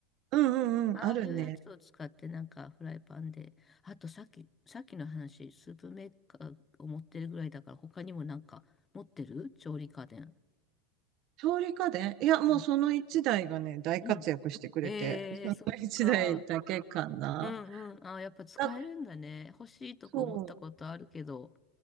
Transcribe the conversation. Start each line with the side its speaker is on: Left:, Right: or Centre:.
Right: うんうんあるね。
Left: ああいうやつを使って、なんか、フライパンで、あと、さっき、さっきの話、スープメーカーを持ってるぐらいだから、他にもなんか、持ってる調理家電。
Right: 調理家電いや、
Left: うん、
Right: もうその一台がね、大活躍してくれて、
Left: うん。ええー、
Right: その一台だいだけかな。
Left: そっか。うんうん。あ、やっぱ使えるんだね。
Right: だ、
Left: 欲しいとか思ったことあるけど。
Right: そ